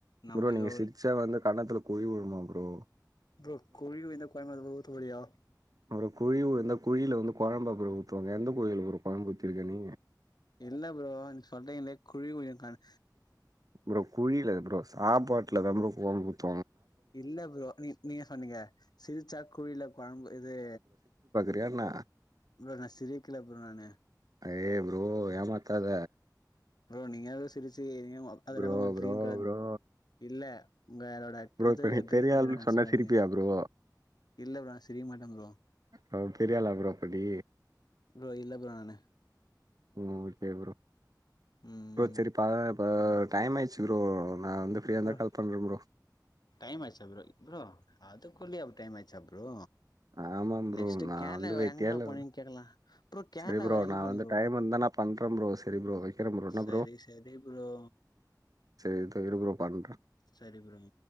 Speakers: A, on the left (about 65°); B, on the right (about 55°).
A: நம்ம
B: ப்ரோ
A: ஏதோ
B: நீங்க சிர்ச்சா வந்து கண்ணத்துல குழி விழுமா ப்ரோ
A: ப்ரோ குழி விழுந்த குழம்பு அதுக்குள்ள ஊத்த போறியா
B: ஒரு குழி விழுந்தா குழில வந்து குழம்ப <unintelligible> ஊத்துவாங்க எந்த ப்ரோ <unintelligible> குழம்பு ஊத்திருக்க நீ
A: இல்ல ப்ரோ நீ சொல்றீங்களே குழி விழும் கண்
B: ப்ரோ குழில்ல ப்ரோ சாப்பாட்டுலதான் ப்ரோ கொழம்பூத்
A: இல்ல ப்ரோ நீ நீ இப்ப நீீங்க சிறிச்சா குழில குழம்பு இது
B: ரையாண்ணா
A: ப்ரோ நான் சிரிக்கல ப்ரோ நானு
B: ஏய் ப்ரோ ஏமாத்தாத
A: ப்ரோ நீங்க ஏதோ சிரிச்சி <unintelligible>
B: ப்ரோ ப்ரோ ப்ரோ
A: இல்ல உங்களோட
B: ப்ரோ
A: இது
B: இப்ப நீ
A: ட்ரீம்
B: பெரிய
A: கேள்நெனச்சிராதிங்க
B: ஆள்னு சொன்னா சிரிப்பியா ப்ரோ
A: இல்ல ப்ரோ நான் சிரிக்க மாட்டேன் ப்ரோ
B: அவன் பெரியால ஆகற அப்ப நீ
A: ப்ரோ இல்ல ப்ரோ நானு
B: உம் ஓகே ப்ரோ
A: ம்
B: ப்ரோ சரிப்பா ப டைம் ஆயிருச்சு ப்ரோ நான் வந்து ஃப்ரீயாக இருந்தால்
A: ப்ரோ
B: கால் பண்ணுறேன் ப்ரோ
A: டைம் ஆயிருச்சா ப்ரோ ப்ரோ அதுகுள்ளயும் டைம் ஆய்ச்சா ப்ரோ
B: ஆமாம் ப்ரோ
A: நெக்ஸ்ட்
B: நான்
A: கேரளா
B: வந்து
A: வேற
B: வெட்டியால்ல
A: எங்கெல்லா போனீங்கன்னு கேக்கலா ப்ரோ கேரளா
B: சரி ப்ரோ
A: வேற எங்க
B: நான்
A: போனீங்க
B: வந்து
A: ப்ரோ
B: டைம் இருந்தா நான் பண்றேன் ப்ரோ சரி ப்ரோ வைக்கிறேன் ப்ரோ என்ன
A: சரி
B: ப்ரோ
A: சரி ப்ரோ
B: சரி இரு ப்ரோ பண்றேன்
A: சரி ப்ரோ